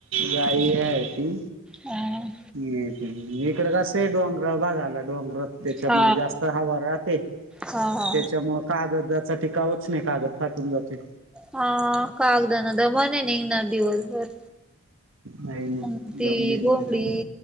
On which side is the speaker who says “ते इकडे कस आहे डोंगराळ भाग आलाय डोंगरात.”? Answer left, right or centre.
Right